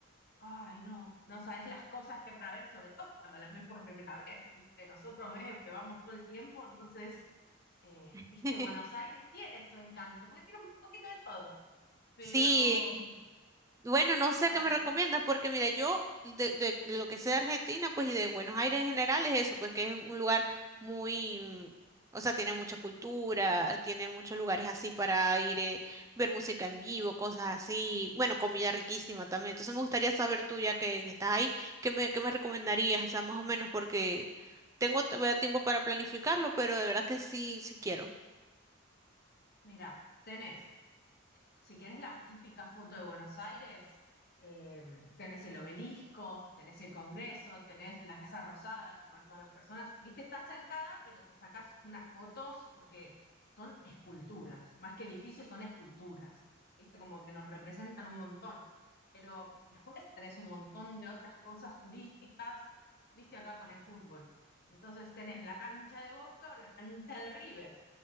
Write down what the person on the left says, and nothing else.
Ay, no, no sabes las cosas que para ver, sobre todo cuando las ves por primera vez, ¿viste? Nosotros medio que vamos todo el tiempo, entonces, eh,
¿viste? Buenos Aires tiene su encanto, porque tiene un poquito de todo. Pero,
mm,
nada,
tenés,
mirá, tenés si querés la típica foto de Buenos Aires, eh, tenés el obelisco, tenés el Congreso, tenés la Casa Rosada, que van todas las personas. Viste, está cercada, pero te sacás unas fotos porque son esculturas, más que edificios, son esculturas. Viste, como que nos representan un montón. Pero después tenés un montón de otras cosas turísticas, viste, acá con el fútbol. Entonces tenés la cancha de Boca o la cancha de River